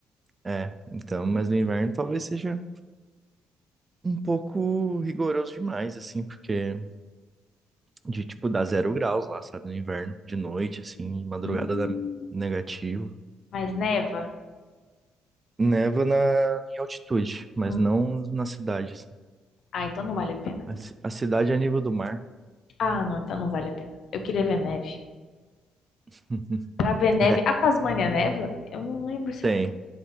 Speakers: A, on the right; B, on the left.
A: É, então, mas no inverno talvez seja um pouco rigoroso demais, assim, porque de tipo dá zero graus lá, sabe, no inverno, de noite, assim, de madrugada
B: Hum,
A: dá negativo.
B: mas neva?
A: Neva na, em altitude, mas
B: Hum.
A: não na cidade. assim.
B: Ah, então não vale a pena.
A: A, ci- a cidade é a nível do mar.
B: Ah, não, então não vale a pena. Eu queria ver neve.
A: <laughs>
B: Pra ver neve.
A: É,
B: A Tasmânia neva? Eu não lembro se
A: tem.
B: a Tasmânia